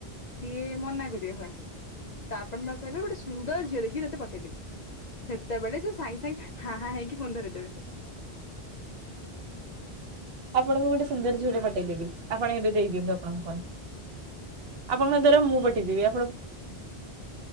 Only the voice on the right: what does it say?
ଆପଣଙ୍କୁ ଗୋଟେ ସୁନ୍ଦର ଝିଅଟେ ପଟେଇଦେବି। ଆପଣ ଏବେ ଦେଇଦିଅନ୍ତୁ ଆପଣଙ୍କ ଫୋନ୍ ଆପଣଙ୍କ ଦ୍ୱାରା ମୁଁ ପଟିଯିବି ଆ